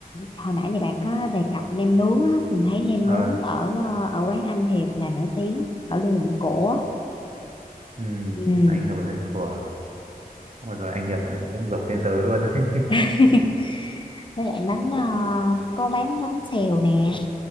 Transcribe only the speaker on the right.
ờ,
ừ,
anh Hiệp đấy của ôi rồi anh Hiệp này cũng giống tên tớ luôn <laughs>